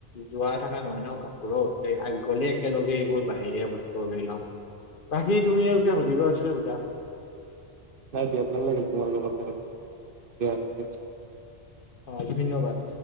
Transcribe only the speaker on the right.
নাই দিয়া ভাল লাগিল তোমাৰ লগত কথা পাতি দিয়া ঠিক আছে।